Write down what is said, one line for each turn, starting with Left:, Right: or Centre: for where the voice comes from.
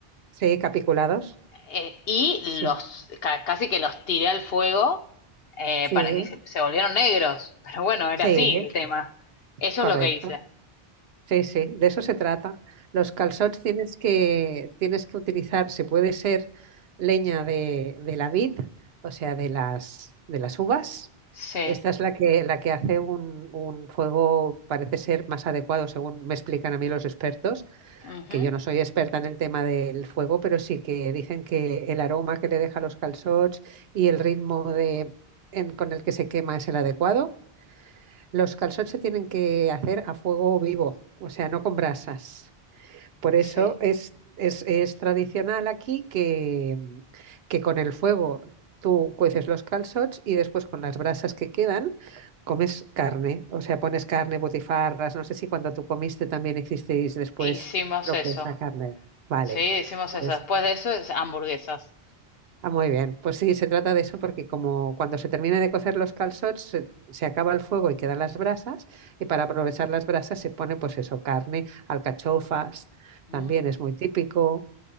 Right: sí, capiculados.
Left: eh, y
Right: Sí,
Left: los ca casi que los tiré al fuego eh,
Right: sí,
Left: para que se, se, volvieron negros. Pero bueno, era
Right: sí,
Left: así el tema. Eso
Right: correcto.
Left: es lo que hice.
Right: Sí, sí, de eso se trata. Los calçots tienes que, tienes que utilizar, se puede ser leña de, de la vid, o sea, de las, de las uvas.
Left: Sí.
Right: Esta es la que, la que hace un, un fuego, parece ser más adecuado, según me explican a mí los expertos,
Left: Uh -huh.
Right: que yo no soy experta en el tema del fuego, pero sí que dicen que el aroma que le deja a los calçots y el ritmo de, en- con el que se quema es el adecuado. Los calzots se tienen que hacer a fuego vivo, o sea, no con brasas. Por eso
Left: Sí.
Right: es, es, es tradicional aquí que, mm, que con el fuego tú cueces los calzots y después con las brasas que quedan comes carne. O sea, pones carne, butifarras. No sé si cuando tú comiste también hicisteis después
Left: Hicimos
Right: lo
Left: eso.
Right: que es la carne. Vale,
Left: Sí, hicimos
Right: pues.
Left: eso. Después de eso, es hamburguesas.
Right: Ah, muy bien. Pues sí, se trata de eso porque como cuando se termina de cocer los calzots se, se acaba el fuego y quedan las brasas y para aprovechar las brasas se pone pues eso, carne, alcachofas,
Left: Mm.
Right: también es muy típico